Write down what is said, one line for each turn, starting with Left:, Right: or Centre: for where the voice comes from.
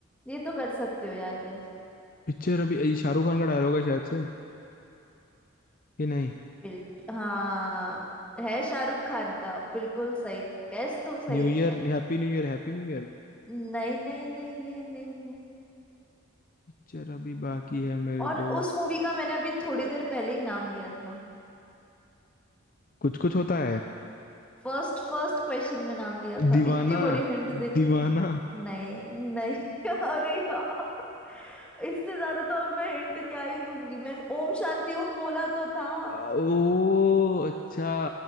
Centre: ये तो कर सकते हो यार गैस
Left: पिक्चर अभी ये शाहरुख खान का डायलॉग है शायद से कि नहीं
Centre: बिल्कुल हाँ है शाहरुख खान का बिल्कुल सही गैस तो सही
Left: New year
Centre: किया है
Left: happy new year happy new year
Centre: नहीं नहीं नहीं नहीं नहीं नहीं
Left: Picture अभी बाकी है मेरे
Centre: और
Left: दोस्त
Centre: उस मूवी का मैंने अभी थोड़ी देर पहले ही नाम लिया था
Left: कुछ कुछ होता है
Centre: फर्स्ट फर्स्ट क्वेश्चन में नाम लिया था
Left: दीवाना
Centre: इतनी बड़ी हिंट दे
Left: दीवाना
Centre: दी नहीं नहीं <laughs> अरे यार इससे ज्यादा तो अब मैं हिंट क्या ही दूंगी मैंने ओम शांति ओम बोला तो था
Left: आ, ओ अच्छा